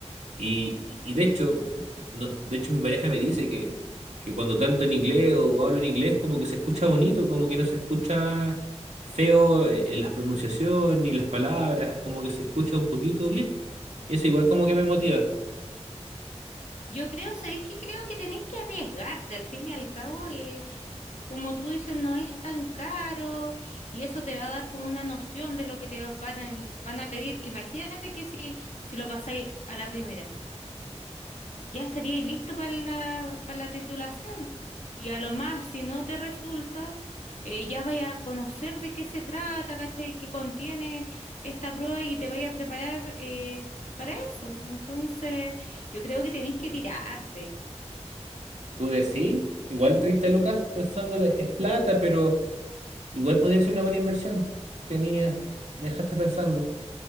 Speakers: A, on the right; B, on the left.
A: Y, y de hecho, m- no, de hecho mi pareja me dice que, que cuando canto en inglés o hablo en inglés como que se escucha bonito, como que no se escucha feo eh, en las pronunciaciones ni las palabras, como que se escucha un poquito bien. Y eso igual como que me motiva.
B: Yo creo, ¿sabéis qué? Creo que tenéis que arriesgarte, al fin y al cabo, eh, como tú dices, no es tan caro y eso te va a dar como una noción de lo que te va- van a, van a pedir. Imagínate que si, si lo pasáis a la primera, ya estaríais listo para la, para la titulación y a lo más, si no te resulta, eh, ya vais a conocer de qué se trata, ¿cachai? ¿Qué contiene esta prueba y te vais a preparar eh, para eso. Entonces, yo creo que tenéis que tirarte.
A: Tú decís, igual 30 lucas pensándole es plata, pero Igual podría ser una buena inversión. Tenía, me dejaste pensando.